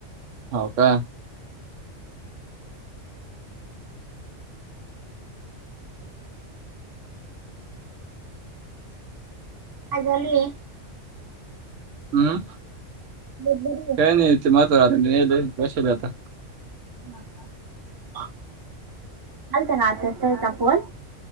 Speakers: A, on the right; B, on the right.
A: हो का.
B: आ झाली.
A: हम्म.
B: <inaudible>
A: <inaudible>
B: हो का.
A: हा.
B: आलता ना आता त्यांचा फोन.